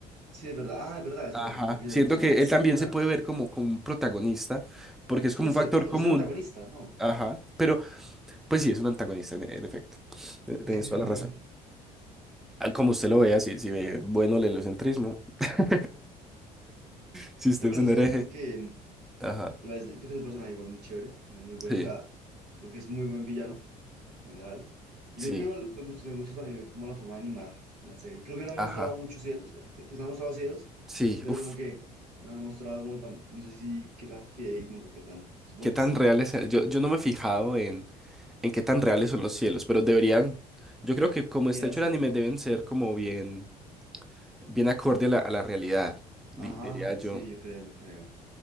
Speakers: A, on the right; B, in the centre.
A: Sí, es verdad. Ah, es verdad, es
B: Ajá,
A: verdad. Te refieres
B: siento
A: al personaje.
B: que
A: Sí,
B: él también
A: es verdad.
B: se puede ver como, como un protagonista, porque es
A: Sí,
B: como
A: es
B: un factor
A: cierto. Es,
B: común.
A: es el antagonista, ¿no?
B: Ajá, pero pues sí, es un antagonista, en, en efecto. Eh, Tienes
A: <laughs>
B: toda la razón. Ah, Como usted lo vea, si, si ve bueno el heliocentrismo, <laughs> si usted
A: No,
B: es
A: pero
B: un
A: sí
B: hereje.
A: siento que,
B: Ajá,
A: Igual, siento que es un personaje igual muy chévere, es muy bueno,
B: sí,
A: o sea, creo que es muy buen villano en general. Y
B: sí,
A: creo que igual me gusta, me gusta también como la forma de animar la serie. Creo que no han
B: ajá,
A: mostrado muchos cielos, pues han mostrado cielos,
B: sí,
A: pero
B: uff,
A: como que no han mostrado como tan, no sé si qué tan fidedignos o qué tan, supongo
B: qué tan
A: que sí,
B: reales. Yo, yo no me he fijado en, en qué tan reales son los cielos, pero deberían, yo creo que como
A: deberían
B: está hecho
A: hacerlo
B: el anime,
A: ¿no?
B: deben ser como bien, bien acorde a la, a la realidad, di-
A: Ajá,
B: diría
A: ajá,
B: yo.
A: sí, yo creo, yo creo.